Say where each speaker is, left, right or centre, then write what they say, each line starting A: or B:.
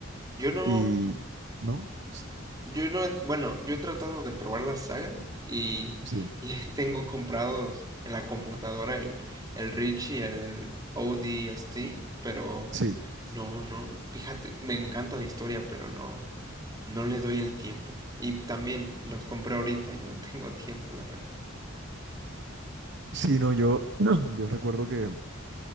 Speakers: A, on the right; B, on the right.
A: Yo no,
B: Y, ¿no? S-
A: yo no, he- bueno, yo he tratado de probar la saga y,
B: Sí,
A: y <laughs> tengo comprados en la computadora el, el Reach y el o d s t pero
B: sí.
A: no, no, fíjate, me encanta la historia, pero no, no le doy el tiempo. Y también los compré ahorita y no <laughs> tengo tiempo, la verdad.
B: Sí, no, yo, <clears throat> yo recuerdo que,